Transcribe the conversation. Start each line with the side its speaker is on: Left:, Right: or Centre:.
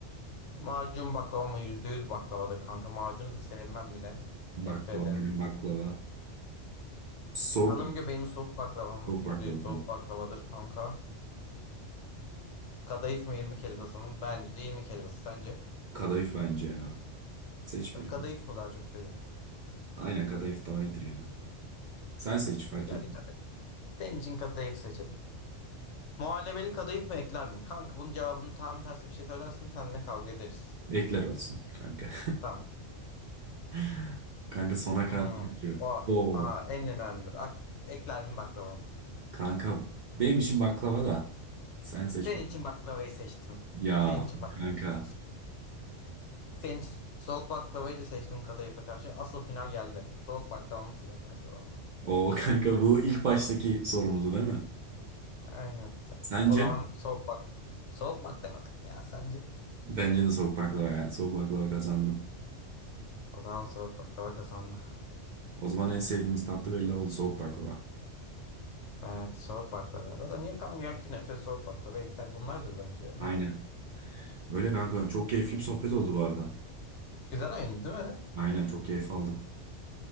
Left: Macun baklava mı? yüz baklavadır kanka. Macunu sevmem bile.
Right: Baklava
Left: Nefret ederim.
Right: aynen baklava. Soğuk
Left: Hanım
Right: bak
Left: göbeği soğuk baklava mı?
Right: Soğuk
Left: %100
Right: baklava.
Left: soğuk
Right: kanka.
Left: baklavadır kanka. Kadayıf mı irmik helvası mı? Bence irmik helvası. Sence?
Right: Kadayıf bence ya. Seç birini.
Left: Kadayıf mı daha çok seviyorum?
Right: Aynen kadayıf daha iyidir ya. Sen seç fark
Left: Yani
Right: etmiyor.
Left: kad- senin için kadayıf seçelim. Muhallebeli kadayıf mı ekler mi? Kanka bunun cevabını tam tersi bir şey söylersen seninle kavga ederiz.
Right: Ekler olsun kanka.
Left: Tamam.
Right: <laughs> Kanka sona kalacak
Left: Hmm.
Right: diyor.
Left: Oh,
Right: Oo
Left: aha, en önemlidir. Ak ekler mi baklava mı?
Right: kanka benim için baklava da. Sen seç
Left: Senin
Right: bakalım.
Left: için baklavayı seçtim.
Right: Ya
Left: Senin için baklavayı
Right: kanka.
Left: seçtim. Senin için soğuk baklavayı da seçtim kadayıfa karşı. Asıl final geldi. Soğuk baklava mı sıcak baklava mı?
Right: O kanka bu ilk baştaki sorumuzdu değil mi?
Left: Aynen. Sen-
Right: Sence?
Left: O zaman soğuk bak. Soğuk baklava ya sence?
Right: Bence de soğuk baklava ya. Soğuk baklava kazandım.
Left: O zaman soğuk baklava kazandı.
Right: O zaman en sevdiğimiz tatlı belli oldu soğuk baklava.
Left: Evet soğuk baklava. Zaten niye kanka ya künefe soğuk baklava ekler bunlardır bence ya.
Right: Aynen. Öyle kanka. Çok keyifli bir sohbet oldu bu arada.
Left: Güzel oyun değil mi?
Right: Aynen çok keyif aldım.